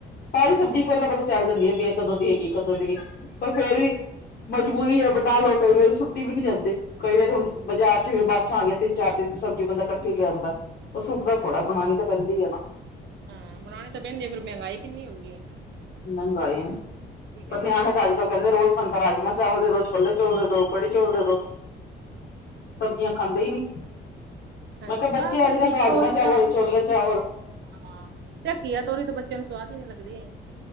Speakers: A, on the left; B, on the right.
A: ਸਾਰੀ ਸਬਜ਼ੀ
B: ਸਹੀ
A: ਇੱਕਵਾਰ
B: ਗੱਲ
A: ਦਾ ਪਤਾ
B: ਹੈ
A: ਚੱਲ ਢੱਲੀਐ ਪਇਐ, ਕਦੋਂ ਦੀ ਹੈਗੀ ਕਦੋਂ ਦੀ ਨੀ ਪਰ ਫੇਰ ਵੀ ਮਜਬੂਰੀ ਐ ਬਣਾ ਲਓ ਕਈ ਵਾਰੀ ਸੁੱਟੀ ਵੀ ਨੀ ਜਾਂਦੀ, ਕਈ ਵਾਰੀ ਹੁਣ ਬਾਜ਼ਾਰ ਚ ਵੀ ਬਾਰਿਸ਼ਾਂ ਆ ਗਈਆਂ ਤਿੰਨ ਚਾਰ ਦਿਨ ਦੀ ਸਬਜ਼ੀ ਬੰਦਾ ਇਕੱਠੀ ਲੇਆਉਂਦਾ। ਓਹ ਸੁੱਟ ਨਾ ਥੋੜ੍ਹਾ
B: ਹਾਂਜੀ
A: ਬਣਾਣੀ ਤਾਂ ਪੈਂਦੀ ਐ ਨਾ।
B: ਹਾਂ ਬਣਾਣੀ ਤਾਂ ਪੈਂਦੀ ਐ, ਫੇਰ ਮੈਹੰਗਾਈ ਕਿੰਨੀ ਹੋ ਗਈ ਐ।
A: ਮਹਿੰਗਾਈ ਐ,
B: ਕਰੀਏ
A: ਪਰ ਨਿਆਣੇ ਤਾ ਅੱਜ-ਕੱਲ ਕੈਹੰਦੇ ਰੋਜ਼ ਸਾਨੂੰ ਤਾਂ ਰਾਜਮਾਂਹ-ਚਾਲਵ ਦੇ ਦੋ, ਛੋਲੇ-ਚੌਲ ਦੇ ਦੋ, ਕੜੀ-ਚੌਲ ਦੇ ਦੋ ਸਬਜ਼ੀਆਂ ਖਾਂਦੇ ਈ ਨੀ।
B: ਹਾਂਜੀ
A: ਮੈਂ ਕਿਹਾ ਬੱਚੇ
B: ਆਪ ਘੀਆ,
A: ਅੱਜ ਕੱਲ੍ਹ ਰਾਜਮਾਂ
B: ਤੋਰੀ
A: ਚਾਵਲ
B: ਤਾਂ,
A: ਛੋਲੇ ਚਾਵਲ
B: ਹਾਂ ਤੇ ਘੀਆ, ਤੋਰੀ ਤਾਂ ਬੱਚਿਆਂ ਨੂੰ ਸਵਾਦ ਈ ਨੀ ਲੱਗਦੀ।